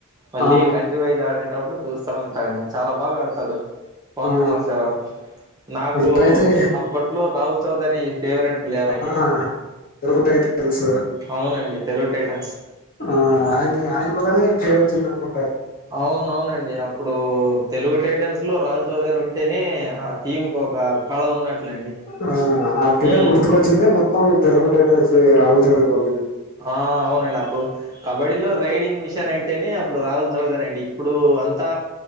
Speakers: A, on the right; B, on the left.
A: మళ్ళీ
B: ఆ
A: కంట్రీ వైజ్ ఆడేటప్పుడు చూస్తా ఉంటాండి చాలా బాగా ఆడతాడు పవన్
B: ఆ
A: కుమార్ సార్ నాకు
B: అలాగైతే
A: అప్పట్లో లో రాహుల్ చౌదరి ఫేవరెట్ పలేయర్ అండి
B: ఆ తెలుగు టైటన్స్
A: అవునండి తెలుగు టైటమ్స్
B: ఆ ఆయన ఆయన వల్లనే పేర్ వచ్చింది అనుకుం
A: అవునవునండి అప్పుడు తెలుగు టైటాన్స్ లో రావుల్ చౌదరి ఉం టేనే ఆ టీమ్ కి ఒక కళ ఉన్నట్లండి
B: ఆ ఆ పేరు
A: ఉమ్
B: గుర్తుకొచ్చింది మొత్తం మొత్తం తెలుగు టైటాన్సే రాహుల్ చౌదరి వాళ్ళది.
A: ఆ అవునండి అప్పుడు కబడ్డీలో రైడింగ్ మిషన్ అంటేనే అప్పుడు రాహుల్ చౌదరి అండి ఇప్పుడు అంతా